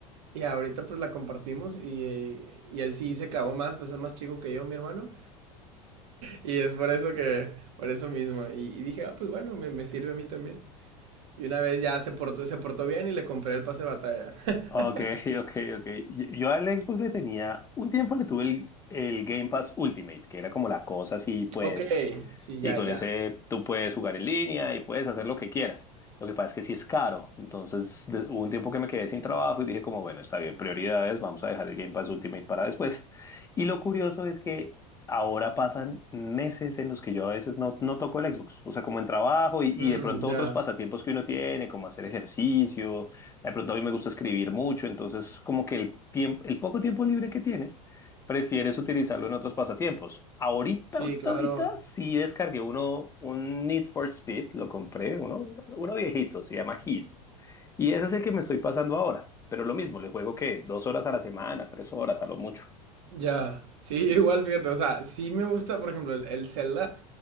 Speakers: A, on the right; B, on the left.
A: Y ahorita pues la compartimos y, eh, y él sí se clavó más, pues es más chico que yo, mi hermano. Y es por eso que, por eso mismo. Y, y dije, ah, pues bueno, me, me sirve a mí también. Y una vez ya se portó, se portó bien y le compré el pase de batalla. <laughs>
B: Ok, <laughs> ok, ok. Yo, yo al Xbox le tenía, un tiempo le tuve el, el Game Pass Ultimate, que era como la cosa así, pues,
A: Ok, sí,
B: y
A: ya,
B: con
A: ya.
B: ese tú puedes jugar en línea y puedes hacer lo que quieras. Lo que pasa es que sí es caro, entonces de- hubo un tiempo que me quedé sin trabajo y dije como, bueno, está bien, prioridades, vamos a dejar el Game Pass Ultimate para después. <laughs> Y lo curioso es que ahora pasan meses en los que yo a veces no, no toco el Xbox, o sea, como en trabajo y, y
A: Mm,
B: de pronto
A: ya.
B: otros pasatiempos que uno tiene, como hacer ejercicio de pronto a mí me gusta escribir mucho, entonces como que el tiempo, el poco tiempo libre que tienes, prefieres utilizarlo en otros pasatiempos. Ahorita,
A: Sí,
B: ahorita,
A: claro.
B: ahorita sí descargué uno, un Need for Speed, lo compré, uno, uno viejito, se llama Heat. Y ese es el que me estoy pasando ahora. Pero lo mismo, le juego que dos horas a la semana, tres horas a lo mucho.
A: Ya, sí, yo igual, fíjate, o sea, sí me gusta, por ejemplo, el, el Zelda,